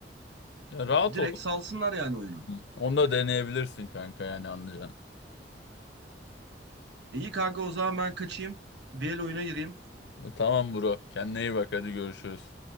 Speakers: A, on the left (about 70°); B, on the right (about 70°).
A: Ya rahat
B: Direkt
A: ol.
B: salsınlar yani oyunu.
A: Hı. Onu da deneyebilirsin kanka yani anlayacaksın.
B: İyi kanka o zaman ben kaçayım. Bir el oyuna gireyim.
A: Tamam bro kendine iyi bak hadi görüşürüz.